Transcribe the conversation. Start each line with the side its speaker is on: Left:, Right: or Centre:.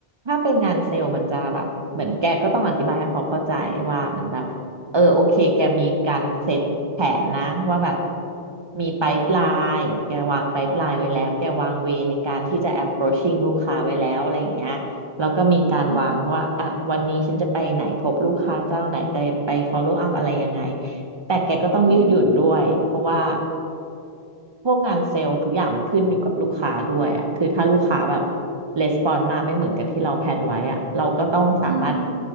Right: ถ้าเป็นงานเซลล์มันจะแบบเหมือนแกก็ต้องอธิบายให้เขาเข้าใจว่าเหมือนแบบเออโอเคแกมีการเซตแผนนะว่าแบบมีไ i ป e l ล n e แกวางไ i ป e l ล n e ไว้แล้วแกวางเวในการที่จะ approaching ลูกค้าไว้แล้วอะไรอย่างเงี้ยแล้วก็มีการวางว่าอ่ะวันนี้ฉันจะไปไหนพบลูกค้าเจ้าไหนจะไป
Left: อืม
Right: follow up อะไรยังไงแต่แกก็ต้องยืดหยุ่นด้วยเพราะว่า
Left: อืม
Right: พวกงานเซลล์ทุกอย่างมันขึ้นอยู่กับลูกค้าด้วยอ่ะคือถ้าลูกค้าแบบレスปอนมาไม่เหมือนกับที่เราแพลนไว้อ่ะเราก็ต้องสามารถ
Left: อืมอืม